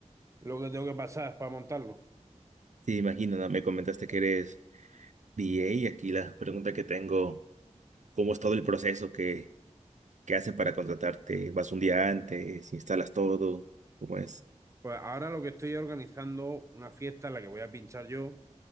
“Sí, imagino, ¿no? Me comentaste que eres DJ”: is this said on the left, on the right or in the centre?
Right